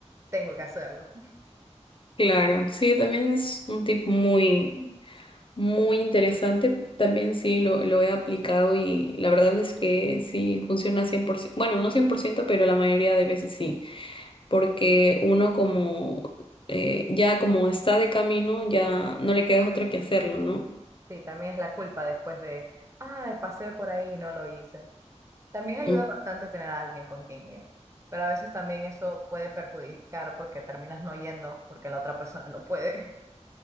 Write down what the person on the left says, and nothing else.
Claro, sí, también es un tip muy, muy interesante. También sí lo, lo he aplicado y la verdad es que sí funciona 100%. Bueno, no 100% pero la mayoría de veces sí. Porque uno como, eh, ya como está de camino, ya no le queda otra que hacerlo, ¿no?
Mm.